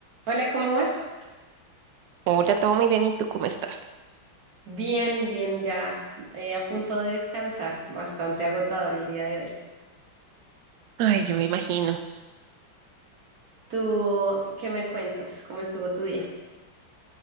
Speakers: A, on the right; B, on the right.
A: Hola, ¿cómo vas?
B: Hola, todo muy bien. ¿Y tú cómo estás?
A: Bien, bien, ya eh, a punto de descansar. Bastante agotador el día de hoy.
B: Ay, yo me imagino.
A: ¿Tú qué me cuentas? ¿Cómo estuvo tu día?